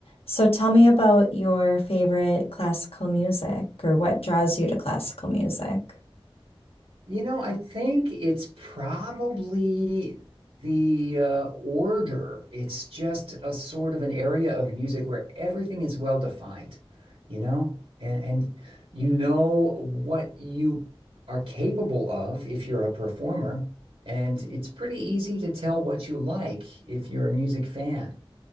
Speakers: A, on the left (about 80°); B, on the right (about 80°).
A: So tell me about your favorite classical music or what draws you to classical music.
B: You know, I think it's probably the uh, order. It's just a sort of an area of music where everything is well defined, you know, and and you know what you are capable of if you're a performer, and it's pretty easy to tell what you like if you're a music fan.